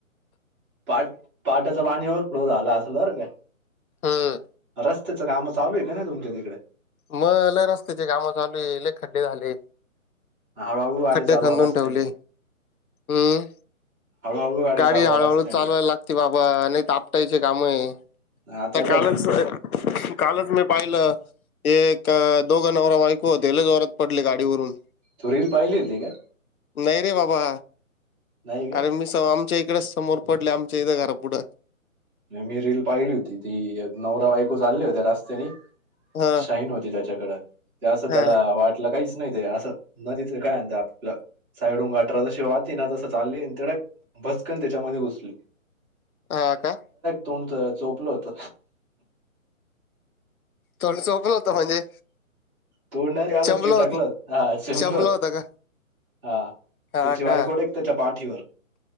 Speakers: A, on the right; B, on the left.
A: पाट पाटाच पाणी ओवर्ह फ्लो झाला असेल बर का
B: हा
A: रस्तेचं काम चालू आहे का नाही तुमच्या तिकडे
B: मग ल रस्त्याचे काम चालू आहे ल खड्डे झाले
A: हळूहळू गाडी
B: खड्डे
A: चालवा
B: खांदून
A: रस्त्याने
B: ठेवले हम्
A: हळूहळू
B: गाडी
A: चालवा
B: हळूहळू
A: रस्त्याने
B: चालवायला लागती बाबा नाही त फुटायचे काम आहे
A: आता
B: त्या
A: काय
B: कालच
A: थंडी
B: कालच मी पाहिलं एक दोघं नवरा बायको होते लई जोरात पडले गाडीवरून
A: तू रील पाहिली होती का
B: नाही रे बाबा
A: नाही का
B: अरे मी स आमच्या इकडे समोर पडले आमच्या इथं घरा पुुढं
A: मी रील पाहिली होती ती नवरा बायको चालले होते रस्त्याने
B: हा
A: शाईन होती त्याच्याकडे ते असं त्याला
B: हा
A: वाटलं काहीसं नाही ते असं नदीच काय आण आपला साईड हून गाठरा जशी वाहती ना तसं चालली धडक बसकन त्याच्यामध्ये घुसले
B: हा का
A: तोंड चोपल होत
B: तोड सोपल होतं म्हणजे
A: तोंडाला
B: चंबलं
A: रे चिकटलं
B: होत
A: आणि चेंबलं
B: चंबलं होतं का
A: हा
B: हा
A: त्याची वाईकोड
B: का
A: एक त्याच्या पाठीवर